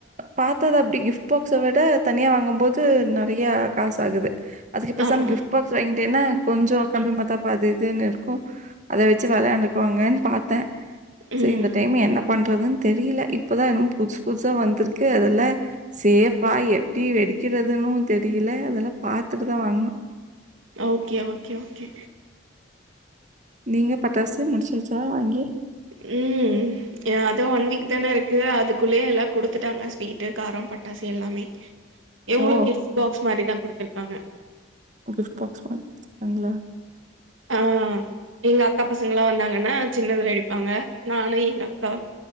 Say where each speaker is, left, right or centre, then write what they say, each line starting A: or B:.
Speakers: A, on the right (about 40°); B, on the right (about 80°).
A: பாத்தது அப்டி கிஃப்ட் பாக்ஸ விட தனியா வாங்கம்போது நறையா காசு ஆகுது. அதுக்குப் பேசாம
B: ஆமா
A: கிஃப்ட் பாக்ஸ் வாங்கிட்டேனா. கொஞ்சம் கம்பிமத்தாப்பு அது இதுனு இருக்கு அத வச்சு வெளையாண்டுக்குவாங்கன் பாத்தே
B: ம்
A: ஸெரி இந்த டைம் என்னப். பண்றதுன் தெரியில இப்ப தா எனமோ புதுசு. புதுசா வந்திருக்கு அதெல்லா சேஃப்பா எப்டி வெடிக்கிறதுனும் தெரியில அதெலாம் பாத்துட்டு தான் வாங்கனும்.
B: Okay okay okay.
A: நீங்க பட்டாசு முடிச். சாச்சா வாங்கி.
B: ஹும் அதான் ஒன் வீக் தான இருக்கு அதுக்குள்ளயே எல்லாம் குடுத்துட்டாங்க ஸ்வீட்டு காரம் பட்டாசு எல்லாமே. இவுங்களும்
A: ஓ!
B: கிஃப்ட் பாக்ஸ் மாரி தா குடுத்துருக். காங்க.
A: கிஃப்ட் பாக்ஸ் மாரி குடுத்ருகாங்ளா.
B: ஆ எங்க அக்கா பசங்கலாம் வந்தாங்கன்னா சின்னது வெடி. ப்பாங்க நானு எங்க அக்கா